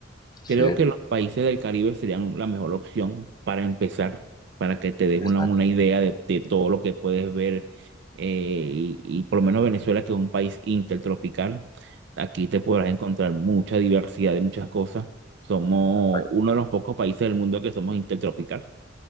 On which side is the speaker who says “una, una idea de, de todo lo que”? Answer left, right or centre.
Right